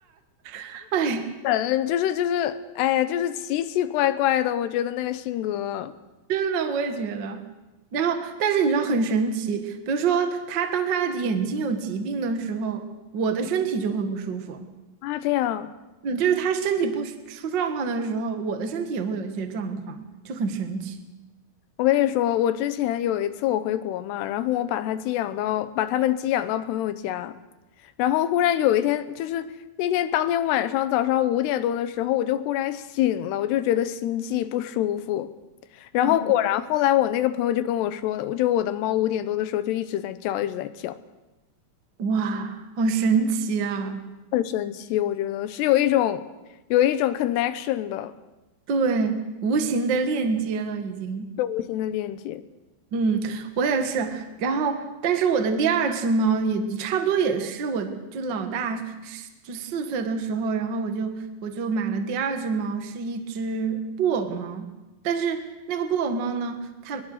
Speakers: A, on the right; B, on the left.
A: <laughs> 哎，
B: 嗯，就是就是，哎呀，就是奇奇怪怪的，我觉得那个性格
A: 真的，我也觉得。然后，但是你知道很神奇，比如说他当他的眼睛有疾病的时候，我的身体就会不舒服。
B: 啊，这样。
A: 嗯，就是他身体不舒出状况的时候，我的身体也会有一些状况，就很神奇。
B: 我跟你说，我之前有一次我回国嘛，然后我把它寄养到，把它们寄养到朋友家，然后忽然有一天，就是那天当天晚上早上五点多的时候，我就忽然醒了，我就觉得心悸不舒服，然后果然后来我那个朋友就跟我说，
A: 嗯，
B: 我就我的猫五点多的时候就一直在叫，一直在叫，
A: 哇，好神奇啊！
B: 很神奇，我觉得是有一种有一种 connection 的，
A: 对，无形的链接了已经。
B: 就无形的链接，
A: 嗯，我也是。然后，但是我的第二只猫也差不多也是，我就老大是就四岁的时候，然后我就我就买了第二只猫，是一只布偶猫。但是那个布偶猫呢，它